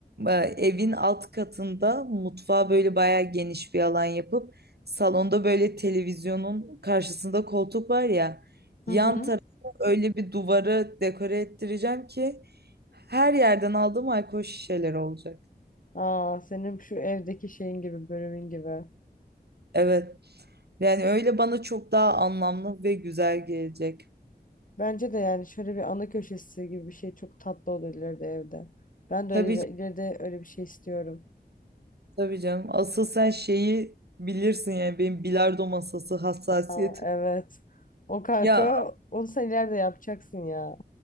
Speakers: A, on the right (about 70°); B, on the left (about 50°).
A: e, evin alt katında mutfağa böyle bayağı geniş bir alan yapıp salonda böyle televizyonun karşısında koltuk var ya
B: Hı
A: yan
B: hı.
A: tarafa öyle bir duvarı dekore ettireceğim ki her yerden aldığım alkol şişeleri olacak.
B: Aa senin şu evdeki şeyin gibi bölümün gibi.
A: Evet. Yani öyle bana çok daha anlamlı ve güzel gelecek.
B: Bence de yani şöyle bir ana köşesi gibi bir şey çok tatlı olur ileride evde. Ben de öyle
A: Tabii
B: iler-
A: canım,
B: ileride öyle bir şey istiyorum.
A: tabii canım. Asıl sen şeyi bilirsin yani benim bilardo masası hassasiyetim.
B: Aa, evet. O kanka
A: Ya
B: onu sen ileride yapacaksın ya.